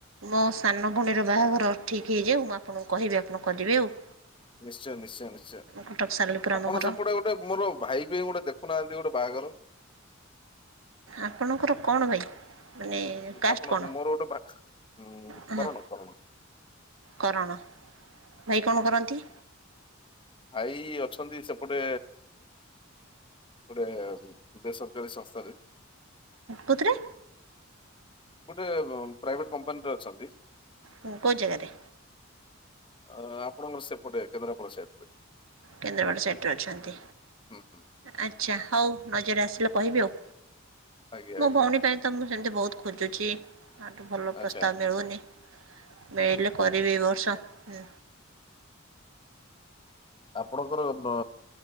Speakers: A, on the right (about 70°); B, on the left (about 25°).
A: ମୋ ସାନ ଭଉଣୀର ବାହାଘର ଠିକ୍ ହେଇଯାଉ ମୁଁ ଆପଣଙ୍କୁ କହିବି ଆପଣ କରିବେ ଆଉ।
B: ନିଶ୍ଚୟ, ନିଶ୍ଚୟ, ନିଶ୍ଚୟ,
A: କଟକ ସାଲେପୁର
B: ଆପଣ
A: ଆମ ଘର
B: ସେପଟେ ଗୋଟେ ମୋର ଭାଇ ପାଇଁ ଗୋଟେ ଦେଖୁନାହାନ୍ତି, ଗୋଟେ ବାହାଘର।
A: ଆପଣଙ୍କର କଣ ଭାଇ? ମାନେ
B: ଉ
A: କାଷ୍ଟ
B: ଆପଣ
A: କଣ?
B: ମୋର ଗୋଟେ ଭା ଉ
A: ହଁ
B: କରଣ କରଣ
A: କରଣ ଭାଇ କଣ କରନ୍ତି?
B: ଆଈ ଅଛନ୍ତି ସେପଟେ ଗୋଟେ ବେସରକାରୀ ସଂସ୍ଥାରେ
A: କୁତ୍ରେ
B: ଗୋଟେ ଅ ପ୍ରାଭେଟ କପାନୀରେ ଅଛନ୍ତି ।
A: ହଁ କେଓ ଜାଗାରେ
B: ଅ ଆପଣଙ୍କର ସେପଟେ କେନ୍ଦ୍ରାପଡା ସାଇଟରେ
A: କେନ୍ଦ୍ରାପଡ଼ା ସାଇଟ୍ ରେ ଅଛନ୍ତି
B: ହୁଁ ହୁଁ
A: ଆଚ୍ଛା ହଉ ନଜରରେ ଆସିଲେ କହିବି ଆଉ
B: ଆଜ୍ଞା
A: ମୋ
B: ଆଜ୍ଞା
A: ଭଉଣୀ ପାଇଁ ତ ମୁଁ ସେମିତି ବହୁତ ଖୋଜୁଛି ତାଠୁ ଭଲ
B: ଆଚ୍ଛା
A: ପ୍ରସ୍ତାବ ମିଳୁନି ମିଳିଲେ କରିବି ଏ ବର୍ଷ ହୁଁ
B: ଆପଣଙ୍କର ବ